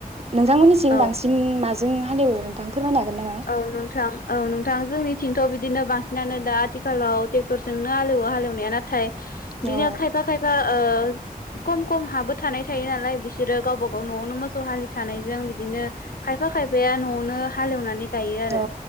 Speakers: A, on the right (about 40°); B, on the left (about 70°).
A: नोंथांमोनिथिं
B: औ
A: बांसिन माजों हालेवो नोंथां? फोरमायनो हागोन नामा?
B: औ नोंथां औ नोंथां जोंनिथिंथ' बिदिनो बांसिनानो दा आथिखालाव ट्रेक्टरजोंनो हालेवो हालेवनाया नाथाय बिदिनो
A: औ
B: खायफा खायफा ओ खम खम हाबो थानाय थायो नालाय बिसोरो गावबा गाव न'आवनो मोसौ हालि थानायजों बिदिनो खायफा खायफाया न'आवनो हालेवनानै गायो आरो
A: औ